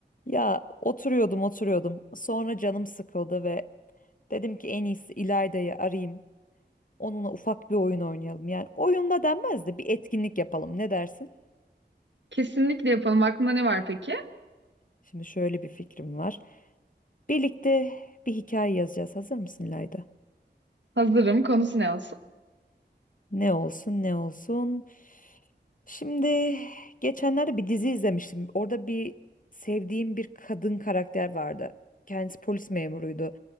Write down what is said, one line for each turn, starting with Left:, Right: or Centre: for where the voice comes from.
Left: Ya oturuyordum oturuyordum. Sonra canım sıkıldı ve dedim ki en iyisi İlayda'yı arayayım. Onunla ufak bir oyun oynayalım. Yani oyunda denmez de bir etkinlik yapalım. Ne dersin?
Right: Kesinlikle yapalım. Aklında ne var peki?
Left: Şimdi şöyle bir fikrim var. Birlikte bir hikaye yazacağız. Hazır mısın İlayda?
Right: Hazırım. Konusu ne olsun?
Left: Ne olsun ne olsun. Şimdi geçenlerde bir dizi izlemiştim. Orada bir sevdiğim bir kadın karakter vardı. Kendisi polis memuruydu.